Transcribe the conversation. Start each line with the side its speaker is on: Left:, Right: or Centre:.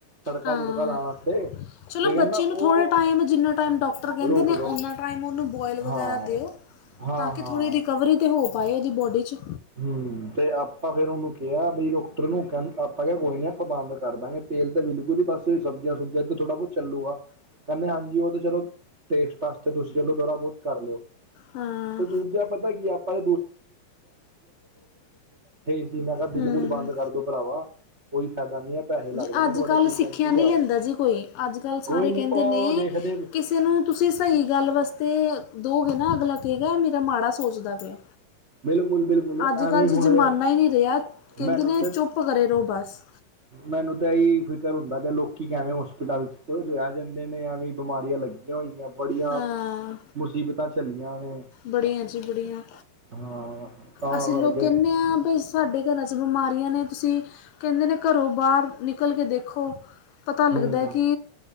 Right: ਤੜਕਾ
Left: ਹਾਂ
Right: ਤੁੜਕਾ ਲਾਉਣ ਵਾਸਤੇ
Left: ਚਲੋ,
Right: ਤੇ ਕਹਿੰਦਾ
Left: ਬੱਚੇ ਨੂੰ
Right: ਉਹ
Left: ਥੋੜ੍ਹੇ ਟਾਈਮ ਜਿੰਨਾ ਟਾਈਮ ਡਾਕਟਰ ਕਹਿੰਦੇ
Right: ਰੋਕ
Left: ਨੇ,
Right: ਦੋ
Left: ਉਹਨਾਂ ਟਾਈਮ ਉਹਨੂੰ ਬੋਇਲ
Right: ਹਾਂ
Left: ਵਗੈਰਾ, ਦਿਓ।
Right: ਹਾਂ
Left: ਤਾਂ ਕਿ,
Right: ਹਾਂ
Left: ਥੋੜ੍ਹੀ ਰਿਕਵਰੀ ਤੇ, ਹੋ ਪਾਏ ਉਹਦੀ ਬੋਡੀ ਚ।
Right: ਹੁੰ, ਤੇ ਆਪਾਂ ਫੇਰ, ਉਹਨੂੰ ਕਿਹਾ ਬਈ ਡਾਕਟਰ ਨੂੰ ਆਪਾਂ, ਕਹਾ ਕੋਈ ਨੀ ਆਪਾਂ ਬੰਦ ਕਰਦਾਂ ਗੇ। ਤੇਲ ਤਾਂ, ਬਿਲਕੁਲ ਹੀ ਬੰਦ, ਸਬਜ਼ੀਆਂ--ਸੁਬਜ਼ੀਆਂ ਤੇ ਥੋੜਾ ਬਹੁਤ ਚੱਲੂਗਾ, ਕਹਿੰਦੇ ਹਾਂਜੀ, ਉਹ ਤਾਂ ਚਲੋ ਟੇਸਟ ਵਾਸਤੇ ਤੁਸੀਂ ਚਲੋ, ਥੋੜ੍ਹਾ ਬਹੁਤ ਕਰ ਲਿਓ?
Left: ਹਾਂ
Right: ਤੇ ਦੂਜਾ ਪਤਾ, ਕੀ ਆਪਾਂ ਏ ਸੀ, ਮੈਂ ਕਿਹਾ,
Left: ਹੂੰ
Right: ਬਿਲਕੁਲ ਬੰਦ ਕਰਦੋ ਭਰਾਵਾ। ਕੋਈ ਫਾਇਦਾ ਨੀ ਹੈ ਪੈਸੇ ਲੱਗ
Left: ਜੀ
Right: ਜਾਣੇ
Left: ਅੱਜ
Right: ਤੁਹਾਡੇ
Left: ਕੱਲ੍ਹ
Right: ਤੀਹ
Left: ਸਿੱਖਿਆ
Right: ਪੈਂਤੀ ਹਜ਼ਾਰ,
Left: ਨਹੀਂ ਲੈਂਦਾ ਜੀ ਕੋਈ ਅੱਜ ਕੱਲ੍ਹ ਸਾਰੇ
Right: ਕੋਈ ਨੀ
Left: ਕਹਿੰਦੇ
Right: ਉਹ
Left: ਨੇ
Right: ਦੇਖਦੇ ਵੀ।
Left: ਕਿਸੇ ਨੂੰ ਤੁਸੀਂ ਸਹੀ ਗੱਲ ਵਾਸਤੇ ਦੋਗੇ ਨਾ ਅਗਲਾ ਗਾ ਹੈ ਮੇਰਾ ਮਾੜਾ ਸੋਚਦਾ ਪਿਆ।
Right: ਬਿਲਕੁਲ ਬਿਲਕੁਲ
Left: ਅੱਜ
Right: ਐਵੇਂ
Left: ਕੱਲ੍ਹ ਜੀ
Right: ਹੁਣ
Left: ਜ਼ਮਾਨਾ ਹੀ ਨਹੀਂ ਰਿਹਾ ਕਹਿੰਦੇ
Right: ਮੈਨੂੰ
Left: ਨੇ
Right: ਤੇ
Left: ਚੁੱਪ ਕਰੇ ਰਹੋ, ਬਸ।
Right: ਮੈਨੂੰ ਤਾਂ ਇਹੀ ਫਿਕਰ ਹੁੰਦਾ ਕਿ ਲੋਕੀ ਕਿਵੇਂ ਹੋਸਪਿਟਲ ਚ ਰਹਿ ਜਾਂਦੇ ਨੇ ਐਵੇਂ ਬਿਮਾਰੀਆਂ ਲੱਗੀਆਂ। ਹੋਆਂ ਬੜੀਆਂ
Left: ਹਾਂ
Right: ਮੁਸੀਬਤਾਂ ਚੱਲੀਆਂ ਨੇ।
Left: ਬੜੀਆਂ ਜੀ ਬੜੀਆਂ,
Right: ਹਾਂ ਤਾਂ
Left: ਅਸੀਂ
Right: ਕਰਕੇ
Left: ਲੋਕ ਕਹਿੰਦੇ ਹਾਂ ਭ ਸਾਡੇ ਘਰਾਂ 'ਚ ਬਿਮਾਰੀਆਂ ਨੇ ਤੁਸੀਂ ਕਹਿੰਦੇ ਨੇ ਘਰੋਂ ਬਾਹਰ ਨਿਕਲ ਕੇ ਦੇਖੋ ਪਤਾ ਲੱਗਦਾ
Right: ਹੂੰ
Left: ਕਿ